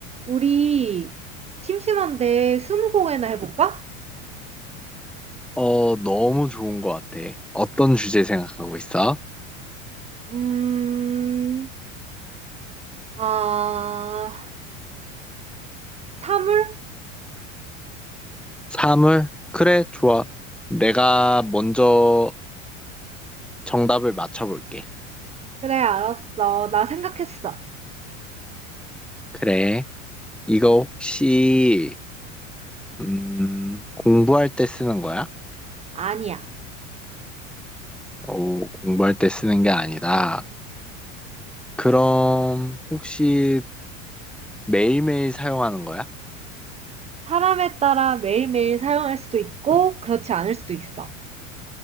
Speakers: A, on the right; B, in the centre.
A: 우리 심심한데 스무고개나 해볼까?
B: 어, 너무 좋은 것 같아. 어떤 주제 생각하고 있어?
A: 음, 아, 사물?
B: 사물? 그래, 좋아. 내가 먼저 정답을 맞춰볼게.
A: 그래, 알았어. 나 생각했어.
B: 그래. 이거 혹시, 음, 공부할 때 쓰는 거야?
A: 아니야.
B: 오, 공부할 때 쓰는 게 아니다. 그럼, 혹시 매일매일 사용하는 거야?
A: 사람에 따라 매일매일 사용할 수도 있고, 그렇지 않을 수도 있어.